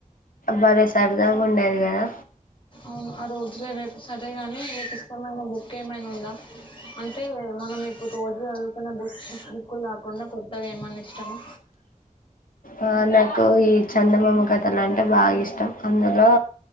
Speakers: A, on the left (about 75°); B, on the left (about 40°).
A: బలె సరదాగా ఉండేది కదా
B: అవును ఆ రోజులే వేపు సరే గాని రేపి ఇష్టమనా బుక్ ఏమైనా ఉందా అంటే మనం ఇప్పుడు రోజు చదుతున్న బుక్ బుక్కు రాకుండా కొత్తవేమని ఇష్టమా
A: ఆ నాకు ఈ చందమామ కథలు అంటే బాగా ఇష్టం అందులో